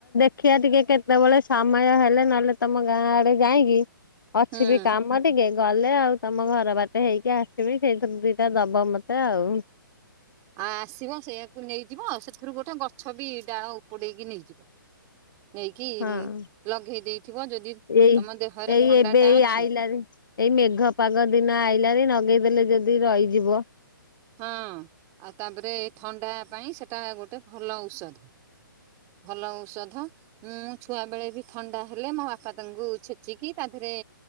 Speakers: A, on the left; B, on the right.
A: ଦେଖିଆ ଟିକେ କେତେବେଳେ ସମୟ ହେଲେ ନହେଲେ ତମ ଗାଁ ଆଡେ ଯାଇକି ଅଛି
B: ହୁଁ
A: ବି କାମ ମ ଟିକେ ଗଲେ ଆଉ ତମ ଘର ବାଟେ ହେଇକି ଆସିବି ସେଇଥିରୁ ଦିଟା ଦବ ମତେ ଆଉ।
B: ଆ ଆସିବ ସେଇଆକୁ ନେଇଯିବ ସେଥିରୁ ଗୋଟେ ଗଛ ବି ଡାଳ ଉପୁଡେଇକି ନେଇଯିବ। ନେଇକି
A: ହଁ।
B: ଲଘେଇ ଦେଇଥିବ ଯଦି
A: ଏଇ
B: ତମ ଦେହରେ
A: ଏଇ
B: ଥଣ୍ଡା
A: ଏବେ
B: ଟା
A: ଏଇ
B: ଅଛି।
A: ଆଇଲାରେ ଏଇ ମେଘ ପାଗ ଦିନ ଆଇଲାନି ନଗେଇଦେଲେ ଯଦି ରହିଯିବ।
B: ହଁ ଆଉ ତାପରେ ଥଣ୍ଡା ପାଇଁ ସେଟା ଗୋଟେ ଭଲ ଔଷ ଭଲ ଔଷଧ। ମୁଁ ଛୁଆ ବେଳେ ବି ଥଣ୍ଡା ହେଲେ ମୋ ବାପା ତାଙ୍କୁ ଛେଚିକି ତା ଦେହରେ